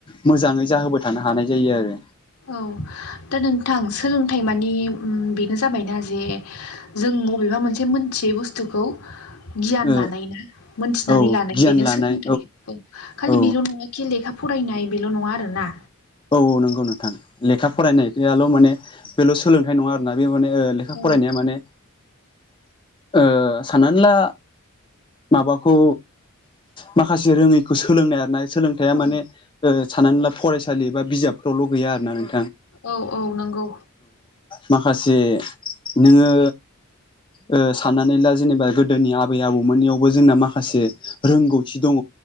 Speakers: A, on the left (about 20°); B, on the left (about 80°).
A: मोजांङै जाहोबाय थानो हानाय जायो आरो।
B: औ दा नोंथां सोलोंथाइ मानि बेनो जाबायना जे जों मबेबा मा से मोनसे मोनथियै बुस्थुखौ गियान
A: ओ
B: लानाय ना मोनथिनानै
A: औ
B: लानाय
A: गियान
B: बेनो
A: लानाय
B: सोलोंथाइ औ खालि
A: औ
B: बेल नंङा खि लेखा फरायनाय बेल नंङा आरो ना।
A: औ औ नंगौ नोंथां लेखा फरायनायाल माने बेल सोलोंथाइ नंङा आरो ना बे माने ओ लेखा
B: औ
A: फरायनाया माने ओ साननानै ला माबाखौ माखासे रोंङैखौ सोलोंनाय आरो ना सोलोंथाया
B: औ
A: माने ओ साननानै ला फरायसालि बा बिजाबफोरावल गैया आरो ना नों
B: औ औ नोंगौ।
A: माखासे नोंङो ओ साननानै ला जेनेबा गोदोनि आबै आबौ मोननियावबो जोंना माखासे रोंगौथि दंङ